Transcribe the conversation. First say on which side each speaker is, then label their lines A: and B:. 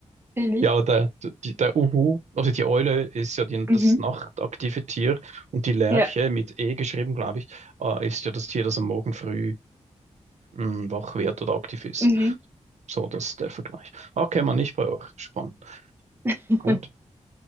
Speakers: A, on the right; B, on the right.
A: bin ich nicht.
B: Ja, aber der, die, der Uhu, also die Eule ist ja die,
A: Mhm.
B: das nachtaktive Tier und die Lerche
A: Ja,
B: mit E geschrieben, glaube ich, äh, ist ja das Tier, das am Morgen früh mh, wach wird oder aktiv ist.
A: mhm.
B: So, das ist der Vergleich. Okay, man nicht bei euch. Spannend.
A: <laughs>
B: Gut.